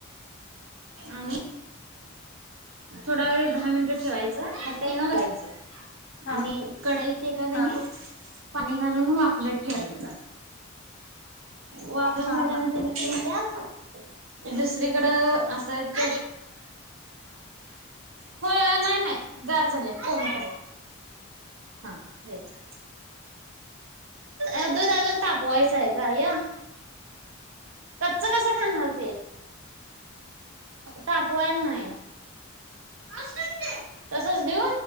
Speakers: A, on the right; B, on the left.
A: <inaudible> आ थोडा वेळ दहा मिनटं ठेवायचं, त्याला न घालायचं.
B: हा
A: आणि कढईत एका कणी
B: हा
A: पाणी घालून वापलत ठेवायचं. वापरून
B: हा
A: झाल्यानंतर
B: हा
A: न त्यात दुसरीकडं असं <inaudible> होय, नाही नाही. गार झाली, कोमट आहे हा देते. अ दुध अजून तापवायचं आहे का? कच्च कसं खाणार ते? तापवायला नाही. असच दे तसच देऊ?